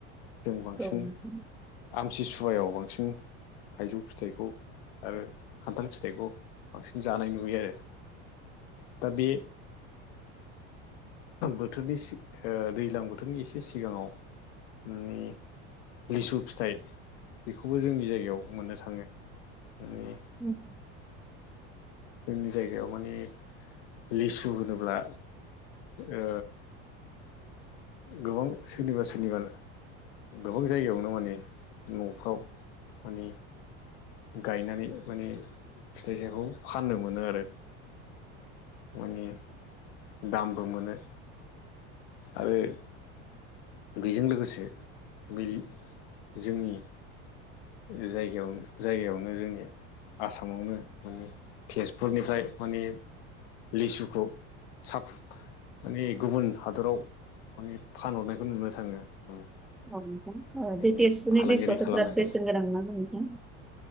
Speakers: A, on the left; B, in the centre.
A: जों बांसिन।
B: औ नोंथां
A: आमसिसुवायाव बांसिन थाइजौ फिथाइखौ आरो खान्थाल फिथाइखौ बांसिन जानाय नुयो आरो। दा बे बोथोरनि सि ओ दैज्लां बोथोरनि एसे सिगाङाव मानि लिसु फिथाइ बेखौबो जोंनि जायगायाव मोननो थाङो। मानि
B: उम।
A: जोंनि जायगायाव मानि लिसु होनोब्ला ओ गोबां सोरनिबा सोरनिबा गोबां जायगायावनो माने न'फ्राव माने गायनानै माने फिथाइ थाइखौ फाननो मोनो आरो। मानि दामबो मोनो। आरो बेजों लोगोसे बे जोंनि जायगायाव जायगायावनो जोंनि आसामावनो माने तेजपुरनिफ्राय माने लिसुखौ साब माने गुबुन हादराव मानि फानहरनायखौ नुनो थाङो।
B: औ नोंथां। ओ
A: माने
B: बे दसुनि
A: फालांगिरि
B: गोसोआथ'
A: खालामनायखौ
B: बिराद बेसेन गोनां ना नोंथां?